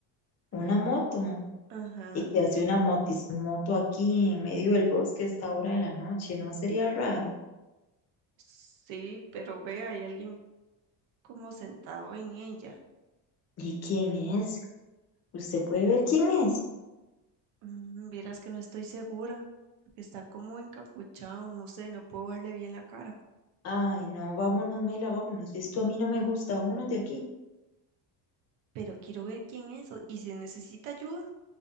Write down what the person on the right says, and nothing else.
<laughs>
Ajá.
Sí, pero ve, hay alguien como sentado en ella.
Mm, vieras que no estoy segura, porque está como encapuchado, no sé, no puedo verle bien la cara.
Pero quiero ver quién es o- y si necesita ayuda.